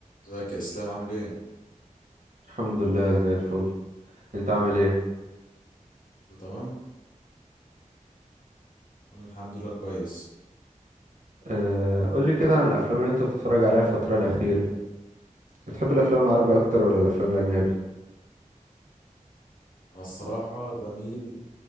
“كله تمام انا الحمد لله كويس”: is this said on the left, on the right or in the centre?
Left